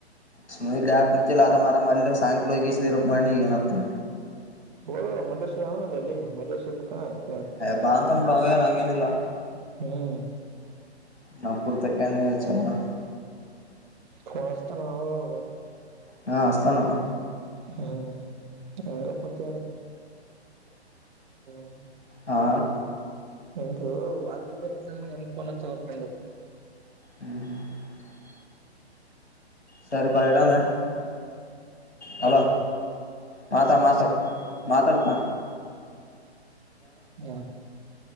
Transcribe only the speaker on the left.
ಸಮ ಯಾಕ್ ಮುಂೆಲ್ಲಿ ಆರಾಮ ಆರಾಮ ಅಲ್ಲಿ ಸಾಯಂಕಾಲ ವಕೇಶ ರರುಕಮಣ್ಣನ ಅತ್ತ
ಹೇ ಬಾ ಅನ್ನತಾನ ಬಿಡು ಅವಯೇನ್ ಇಲ್ಲಾ
ನಾಾಗ ಪುರ್ತ ಕ ನೀ ಚಲ್ಲ <unintelligible>
ಹಾ ಅಚ್ಚಾತಾನಪ್ಪ
ಹಾ
ಹ್ಮ್ ಹ್ಮ <inaudible> ಸರಿ ಪಾ ಇಡಾದ್ಯಾ ಹಲೋ
ಮಾತಾ
ಮಾತಾಡ್
ಮಾತಾಡ್ಪ